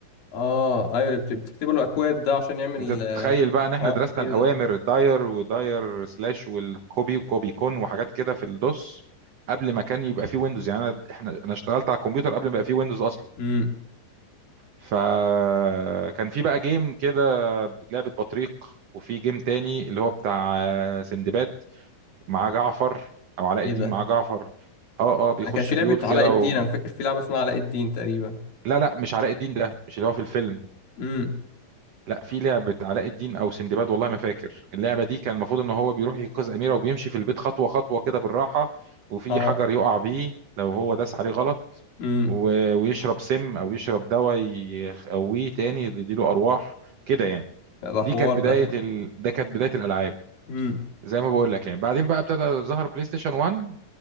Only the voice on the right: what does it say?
انت تتخيل
بقى ان احنا
درسنا
الاوامر
الداير وداير سلاش والكوبي وكوبي كون وحاجات كده في الدوس قبل ما كان يبقى فيه ويندوز يعني انا احنا انا اشتغلت على الكمبيوتر قبل ما يبقى فيه ويندوز اصلا
فكان في بقى جيم كده لعبة بطريق وفي جيم تاني اللي هو بتاع آه، سندباد مع جعفر او علاء
الدين
مع جعفر اه اه بيخش
بيوت
كده
و...
لا لا مش علاء الدين ده مش اللي هو في الفيلم
لا في لعبة علاء الدين أو سندباد والله ما فاكر اللعبة دي كان المفروض إن هو بيروح ينقذ أميرة وبيمشي في البيت خطوة خطوة كده بالراحة وفي
حجر يقع بيه لو هو داس عليه غلط
و- ويشرب سم أو يشرب دواء يقويه تاني يديله أرواح كده يعني
دي
كانت بداية
ال... ده كانت بداية الألعاب
زي ما بقول لك يعني بعدين بقى ابتدى ظهر بلاي ستيشن 1